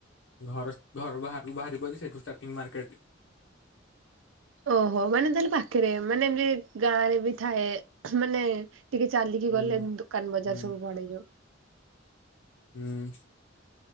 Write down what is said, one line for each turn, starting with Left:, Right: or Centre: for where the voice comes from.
Left: ଘର ଘରୁ ବାହାର କୁ ବାହାରି ପଡିଲି ସେଠୁ ଷ୍ଟାଟିଙ୍ଗ ମାର୍କେଟ।
Right: ଓହୋ ମାନେ ତାହେଲେ ପାଖରେ ମାନେ ଏମତି ଗାଁ ରେ ବି ଥାଏ ମାନେ ଟିକେ ଚାଲିକି
Left: ହୁଁ
Right: ଗଲେ ଦୋକାନ ବଜାର
Left: ହୁଁ
Right: ସବୁ ପଡେ ଯାଉ।
Left: ହୁଁ